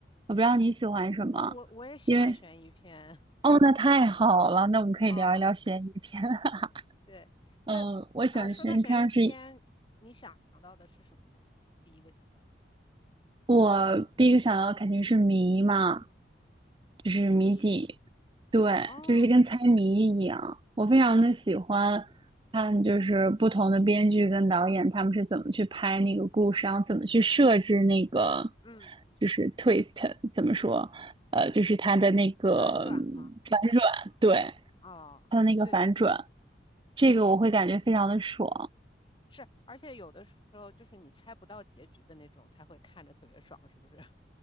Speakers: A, on the right; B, on the left.
A: 我不知道你喜欢什么，
B: 哦，我我也喜欢悬疑片。
A: 因为哦，那太好了，那我们可以聊一聊悬疑片。
B: <laughs> 哦，
A: <laughs>
B: 对，
A: 嗯，
B: 那啊，
A: 我喜欢悬疑片儿是
B: 说到悬疑片，你想到的是什么呢？第一个想到的
A: 我第一个想到的肯定是谜嘛，就是谜底，
B: 谜。
A: 对，
B: 哦，
A: 就是跟猜谜一样。
B: 我
A: 我非常的喜欢看，就是不同的编剧跟导演他们是怎么去拍那个故事，然后怎么去设置那个
B: 嗯，
A: 就是 twist，怎么说，呃，就是他的那个嗯反转，
B: 反转吗？
A: 对，
B: 哦，
A: 他的那个反转，
B: 对对对
A: 这个我会感觉非常的爽。
B: 对，是，而且有的时候就是你猜不到结局的那种，才会看着特别爽，是不是？<laughs>